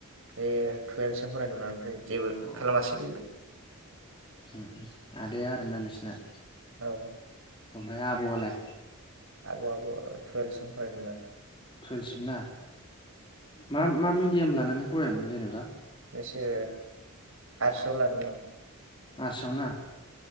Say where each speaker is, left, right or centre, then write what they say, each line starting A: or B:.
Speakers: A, on the right; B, on the left.
A: बे टुवेल्भसिम फरायदोंमोन ओमफ्राय जेबो
B: अ
A: खालामासै बेयो।
B: उम आदाया आरोना नोंसिना?
A: औ
B: आमफाय आब'आलाय?
A: आब'आबो टुवेल्भसिम फरायदोंमोन आरो।
B: टुवेलसिम ना? मा मामि एम लानानै फरायामोन जेनेबा?
A: बेसो आरसाआव लादोंमोन आं
B: आरसआव ना?